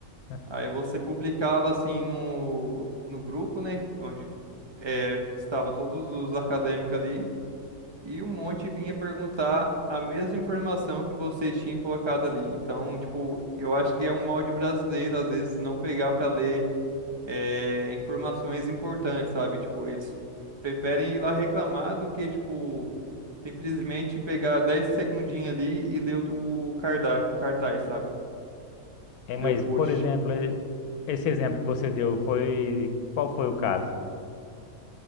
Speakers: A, on the left; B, on the right.
A: <laughs>
B: Aí você publicava assim no, no grupo, né? Onde é, estava todos os acadêmicos ali. E um monte vinha perguntar a mesma informação que você tinha colocado ali. Então, tipo, eu acho que é um mal de brasileiro, às vezes, não pegar para ler é, informações importantes, sabe? Tipo, eles preferem ir lá reclamar do que, tipo, simplesmente pegar 10 segundinhos ali e ler o, o carda- cartaz, sabe?
A: É,
B: Ler
A: mas,
B: o post.
A: por exemplo, eh, esse exemplo que você deu foi. Qual foi o caso?